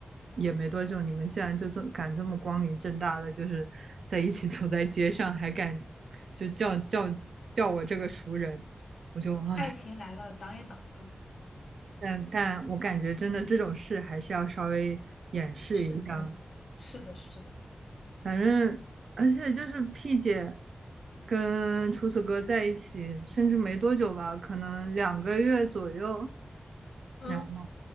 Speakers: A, on the right; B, on the left.
A: 也没多久，你们竟然就这敢这么光明正大的就是在一起走在街上，还敢就叫叫叫我这个熟人，我就唉，
B: 爱情来了，挡也挡不住，
A: 但但我感觉真的这种事还是要稍微掩饰一下。
B: 慎重于是的，是的。
A: 反正而且就是 P 姐跟厨子哥在一起，甚至没多久吧，可能两个月左右，
B: 嗯，
A: 然后